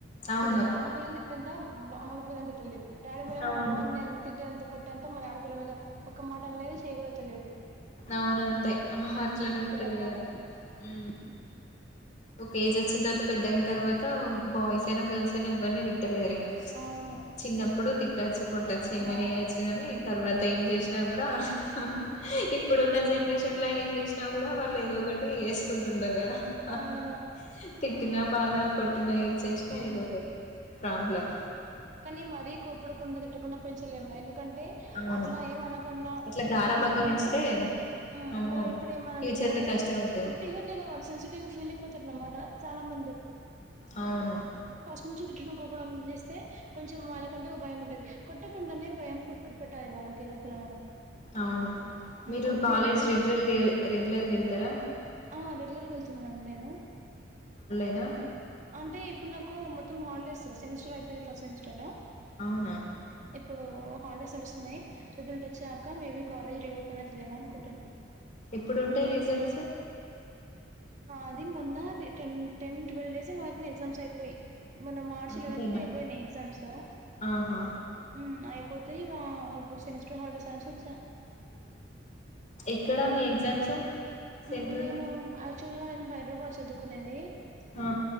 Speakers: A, on the left; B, on the right.
A: అవును
B: పిల్లలు ఆడపిల్లల్ని తిడితే కొంత <unintelligible> పెళ్లి డాడీ మరి
A: అవును
B: మగవాన్ని తిట్టే అంత కొట్టేంత మరి ఆడపిల్ల మీద ఒక మాట అనలేది చేయకూడత లేరు
A: అవున అంతే అట్లనే ఉంటది
B: ఆ బాండ్
A: కదా హు ఒక ఏజ్ వచ్చిన తర్వాత పెద్దదయిన తరువాత బయ్స్ అయినా గర్ల్స్ అయినా ఇద్దరిని తిడుతారు తిట్టలేరుగా
B: అవును
A: చిన్నప్పుడు తిట్టచ్చు కొట్టచ్చు ఏమైనా
B: ఆ
A: చేయచ్చు కానీ తర్వాత ఏం చేస కూడా హా హా హాహా ఈ ఇప్పుడున్న జనరేషన్ ట్యూషన్ ఏం చేసినా కూడా వాళ్ళు ఏదో ఒకటి వేసుకుంటున్నారు కదా హాహా
B: అవును
A: కొట్టిిన బాధ కొట్టిన ఈ తెల్సిన ఏదోకటి ఒక ప్రాబ్లమ్
B: కని మరి కోపడ్ కుండా పెట్టకున్న పెంచలేం <unintelligible> కంటే
A: అవును
B: అట్లా ఏమన్నకుండ
A: అట్లా గారాబంగా
B: క్లాం గా ఉంటే
A: పెంచితే
B: ఉహ్
A: అమ్మో
B: మళ్ళీ ఇప్పుడు మనం
A: ఫ్యూచర్
B: <unintelligible>
A: లో కష్టం అయితది
B: వత్తిగానే ఇగా వాళ్ళు సెన్సిటివ్ గా ఫీల్ అయిపోతారు అన్మాట చాలా మంది
A: అవును
B: ఫస్ట్ నుంచి తిట్టినం కోపడం చేస్తే కొంచెం వాళ్ళకంటూ ఒక భయం ఉంటాది. కొట్టకుండానే భయం పెట్టాల్ పెట్టాలి వాళ్ళకి లోపల మనం
A: అవును మీరు
B: కొడితే
A: కాలేజ్
B: ఏంటిదంటే
A: రెగ్యులర్ రెగ్యులర్గా వెళ్తారా
B: ఆ రెగ్యులర్గా వెళ్తున్నానండి నేను
A: నా
B: అంటే ఇప్పుడు నాకు మొత్తం హాలిడేస్సు సెమిస్టర్ అయిపోయిది ఫస్ట్ సెమిస్టర్
A: అవునా
B: ఇప్పుడు హాలిడేస్ అడుస్తున్నాయ్ క may be college reopen అయితది ఏమో అనుకుటాన్నా
A: ఎప్పుడుంటాయి రిజల్ట్స్
B: ఉ అది మొన్న టెన్ టెన్ ట్వెల్వ్ డేస్ ఏమో అవుతుంది ఎగ్జామ్స్ అయిపోయి మొన్న మార్చ
A: అంతేనా
B: లెవెంత్ కి అయిపోయినాయి ఎగ్జామ్స్
A: ఆహా
B: ఉమ్ అయిపోతే ఇగా ఇప్పుడు సెమిస్ స్టర్ హాలిడేస్ అనేసోచ్చా
A: ఎక్కడా మీ ఎగ్జామ్స్ సెంటర్
B: మ్మ్ నేను యాక్చువల్ గా నేను హైదరాబాద్ చదువుకునేది
A: ఆ